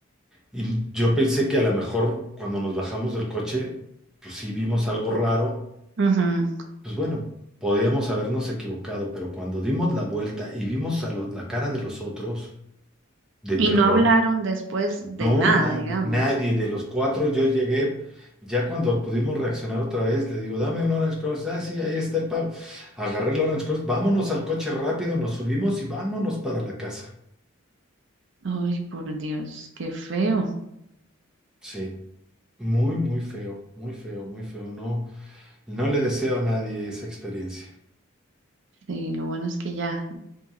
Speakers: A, in the centre; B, on the right.
A: Y yo pensé que a lo mejor cuando nos bajamos del coche, pues sí vimos algo raro.
B: ujú.
A: Pues bueno, podíamos habernos equivocado, pero cuando dimos la vuelta y vimos a los- la cara de los otros de
B: Y
A: terror,
B: no hablaron después de
A: No,
B: nada,
A: nadie,
B: digamos.
A: nadie de los cuatro. Yo llegué, ya cuando pudimos reaccionar otra vez, le digo, dame un Orange Cross. Ah, sí, ahí está el pago. Agarré el Orange Cross, vámonos al coche rápido, nos subimos y vámonos para la casa.
B: Ay, por Dios, qué feo.
A: Sí, muy, muy feo, muy feo, muy feo. No, no le deseo a nadie esa experiencia.
B: Sí, lo bueno es que ya,